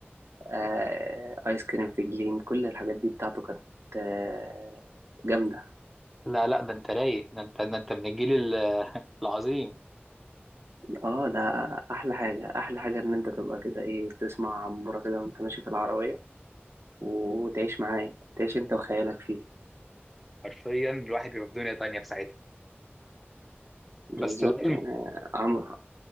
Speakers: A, on the right; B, in the centre.
A: آه آيس كريم في جليم كل الحاجات دي بتاعته كانت آه جامدة
B: لا لا ده انت رايق ده انت ده انت من الجيل ال- العظيم
A: اه ده احلى حاجة احلى حاجة ان انت تبقى كده ايه تسمع عمورة كده وانت ماشي في العربية و- وتعيش معاه تعيش انت وخيالك فيه
B: حرفيا الواحد بيبقى في دنيا تانية في ساعتها
A: بالظبط
B: بس العلم
A: يعني عمرو